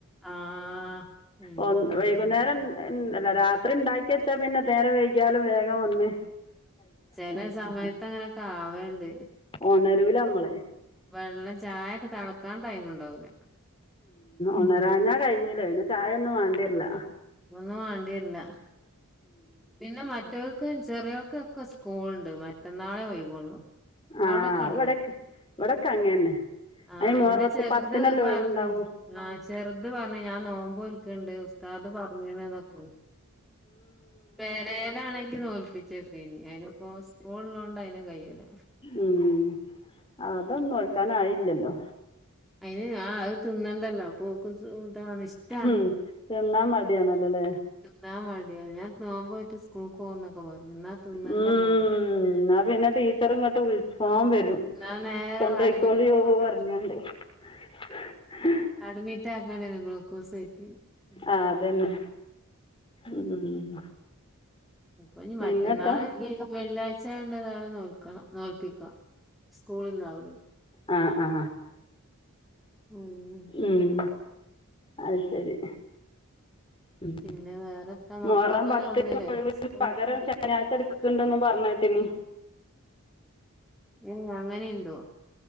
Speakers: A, in the centre; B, on the left.
A: ആഹ് ഉം
B: ഒ വൈകുന്നേരം ൻ അല്ല രാത്രി ണ്ടായി ക്കു സെന്നെ പിന്നെ നേരം വൈകിയാലും വേഗം ഒന്ന്
A: ചെലെ സമയത്ത് അങ്ങനെയൊക്കെ ആവണ്ട്
B: ഉണരൂല നമ്മൾ
A: വെള്ളം ചായൊക്കെ തളക്കാൻ ടൈമ ഉണ്ടാവൂല്ല ഉം
B: ഉണരാഞ്ഞാൽ കഴിഞ്ഞില്ലേ പിന്നെ ചായ ഒന്നും വേണ്ടി വരില്ല
A: ഒന്നും മാണ്ടിരൂല പിന്നെ മറ്റവർക്ക് ചെറിയൊക്കെ ഒക്കെ സ്കൂൾണ്ട് മറ്റന്നാളെ ഒഴിവുള്ളു
B: ആ
A: അവിടെ ഒക്കെ ഇല്ലെ
B: ഇവിടെയൊക്കെ ഇവിടെയൊക്കെ അങ്ങനെ തന്നെ അതിന്
A: ആഎന്റെ
B: മുഹറത്ത്
A: ചെറുത്
B: പത്തിനല്ലേ
A: പറഞ്ഞു
B: ഒഴിവുണ്ടാവുള്ളൂ
A: ആ ചെറുത് പറഞ്ഞു ഞാൻ നോമ്പോല്ക്കാൻ, ണ്ട് ഉസ്താദ് പറഞ്ഞണ് എന്നൊക്കെ പെരലാണെങ്കി നോല് പിടിച്ചേനി അതിനിപ്പോൾ സ്കൂളിൽണ്ട് അതിനും കഴിയൂല
B: ഉം അതൊന്നും നോൽക്കാൻ ആയില്ലല്ലോ
A: അയിന് ആ അത് തിന്നേണ്ടല്ലോ അപ്പൊ കുസു ഇതാണ് ഇഷ്ടാണ്
B: ഉം തിന്നാൻ മടിയാണല്ലോല്ലേ
A: ഞാൻ മടിയ ഞാൻ തോമ്പോറ്റ് സ്കൂൾ പോകന്നൊക്കെ പറഞ്ഞു ന്നാ തിന്നണ്ടല്ലോ
B: ഉം എന്നാ പിന്നെ ടീച്ചർ ഇങ്ങോട്ട് വിളിച്ചു ഫോൺ വരും
A: എന്നാ നേരെ
B: കൊണ്ടയിക്കോളിയോ
A: അഡ്മിറ്റിന് കൊണ്ടോണം
B: പറഞ്ഞണ്ട് ഉ
A: അട്മിറ്റ് ആക്കാണ്ടേരും ഗുൾക്കോസ് കയറ്റി ഉം
B: ആ അതന്നെ ഉം
A: ഇപ്പൊ ഞ്
B: പിന്നെത്താ
A: മറ്റന്നാള് വെള്ളിയാഴ്ചയോണ്ട് ഏതായാലും നോൽക്ക നോല്പ്പിക്ക സ്കൂളിൽ നിന്ന്
B: ആഹ് ആ
A: ഉം
B: ഉം അത് ശരി ഉം
A: പിന്നെ വേറെത്താ മക്കളൊക്കെ
B: മോഹറാം പത്തിന്
A: വന്നില്ലേ
B: ഒഴിവുള്ളത്
A: സ്കൂൾക്ക്
B: പകരം ശനിയാഴ്ച എടുക്കും ണ്ടന്ന് പറഞ്ഞേട്ടിനി
A: ഏ അങ്ങനെയുണ്ടോ